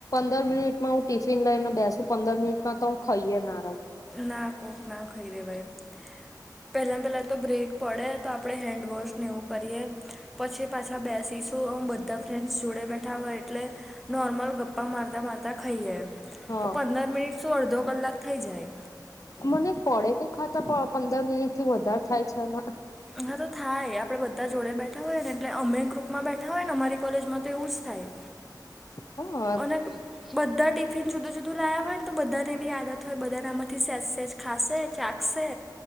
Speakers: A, on the left; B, in the centre.
A: પંદર મિનિટમાં હું ટિફિન લઈને બેસુ પંદર મિનિટમાં તો હું ખાઈએ ના રહું.
B: ના કોક ના ખાઈ રેવાય એમ. પહેલા પહેલા તો બ્રેક પડે તો આપણે હેન્ડવોશ ને એવું કરીએ પછી પાછા બેસીશું હું બધા ફ્રેન્ડ્સ જોડે બેઠા હોય. એટલે નોર્મલ ગપ્પા મારતાં મારતાં ખાઈએ
A: હા
B: તો પંદર મિનિટ શું અડધો કલાક થઈ જાય.
A: મને એક પળેકું ખાતા પણ પંદર મિનિટ થી વધારે થાય છે ને-
B: હા તો થાય આપડે બધા જોડે બેઠા હોય ને એટલે અમે ગ્રુપમાં બેઠા હોય ને અમારી કોલેજમાં તો એવું જ થાય.
A: હા
B: અને બધા ટિફિન જુદું જુદું લાયા હોય ને તો બધાને એવી આદત હોય બધાને આમાંથી સેજ સેજ <unintelligible> ખાશે ચાખશે